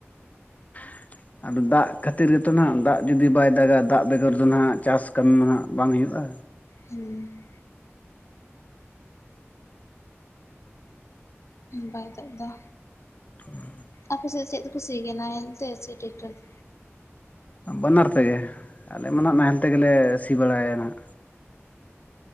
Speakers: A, on the left; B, on the left.
A: <inaudible> ᱟᱫᱚ ᱫᱟᱜ ᱠᱷᱟᱹᱛᱤᱨ ᱜᱮᱛᱚ ᱱᱦᱟᱜ ᱫᱟᱜ ᱡᱩᱫᱤ ᱵᱟᱭ ᱫᱟᱜᱟ ᱫᱟᱜ ᱵᱮᱜᱚᱨ ᱫᱚ ᱱᱦᱟᱜ ᱪᱟᱥ ᱠᱟᱹᱢᱤ ᱢᱟ ᱦᱟᱜ ᱵᱟᱝ ᱦᱩᱭᱩᱜ-ᱟ᱾
B: ᱦᱩᱸ᱾ ᱵᱟᱭ ᱫᱟᱜ ᱫᱟ᱾
A: ᱚᱸ
B: ᱟᱯᱮ ᱥᱮᱡ ᱪᱮᱫ ᱛᱮᱠᱚ ᱥᱤ ᱜᱮᱭᱟ ᱱᱟᱦᱮᱞ ᱛᱮ ᱥᱮ ᱴᱮᱠᱴᱟᱨ ᱛᱮ?
A: ᱵᱟᱱᱟᱨ ᱛᱮᱜᱮ ᱟᱞᱮ ᱢᱟ ᱱᱦᱟᱜ ᱱᱟᱦᱮᱞ ᱛᱮᱜᱮᱞᱮ ᱥᱤ ᱵᱟᱲᱟᱭ ᱱᱦᱟᱜ᱾